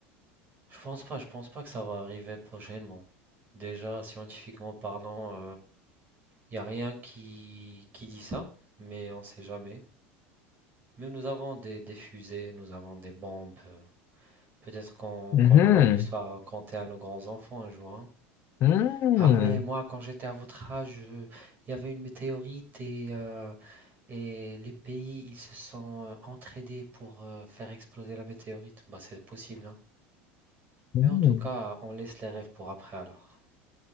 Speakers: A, on the right (about 30°); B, on the left (about 40°).
A: je pense pas, je pense pas que ça va arriver prochainement. Déjà, scientifiquement parlant, il n'y a rien qui, qui dit ça, mais on sait jamais. Mais nous avons des, des fusées, nous avons des bombes. Peut-être qu'on
B: Mhm.
A: qu'on aura une histoire à raconter à nos grands-enfants un jour. hein.
B: Hmm,
A: Ah ouais, moi, quand j'étais à votre âge, euh, il y avait une météorite et, euh, et les pays, ils se sont euh, entraidés pour euh, faire exploser la météorite. Bah, c'est possible, hein.
B: hmm,
A: Mais en tout cas, on laisse les rêves pour après alors.